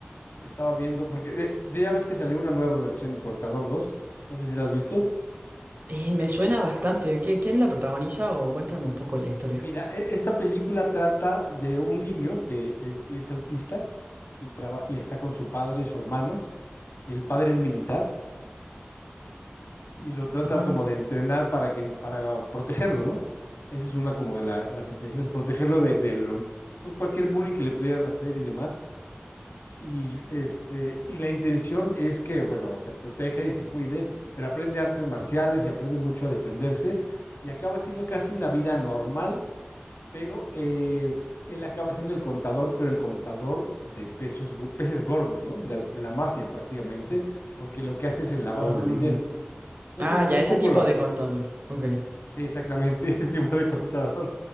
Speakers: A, on the left (about 70°); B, on the right (about 50°).
A: estaba viendo, porque de, de- ya ves que salió una nueva versión, el Contador dos. no sé si la has visto.
B: Eh, me suena bastante. ¿Qui- ¿Quién la protagoniza o cuéntame un poco la historia?
A: Mira, e- esta película trata de un niño que eh, es autista y, traba- y está con su padre y su hermano, y el padre es militar, y lo trata
B: Ah,
A: como de entrenar para que, para protegerlo, ¿no? Esa es una como de la- las intenciones, protegerlo de, de lo- pues cualquier bullying que le pudieran hacer y demás. Y este, y la intención es que, bueno, se proteja y se cuide, pero aprende artes marciales y aprende mucho a defenderse y acaba siendo casi una vida normal, pero eh, él acaba siendo el contador, pero el contador de pesos, go- peces gordos, ¿no? De, de la mafia prácticamente, porque lo que hace es el lavado
B: ah.
A: de dinero. Entonces,
B: Ah,
A: eso es
B: ya,
A: un
B: ese
A: poco
B: tipo de contador. Ok.
A: Sí, exactamente, <laughs> ese tipo de contador.